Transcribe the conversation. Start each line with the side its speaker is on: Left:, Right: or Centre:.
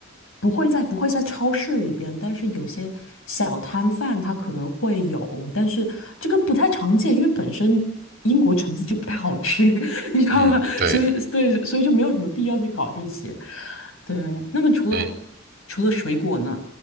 Left: 不会在不会在超市里边，但是有些小摊贩它可能会有，但是这个不太常见，因为本身英国橙子就不太好吃，<laughs> 你知道吗？
Right: 嗯，对
Left: 所以对，所以就没有什么必要去搞这些。对，那么除了
Right: 对
Left: 除了水果呢，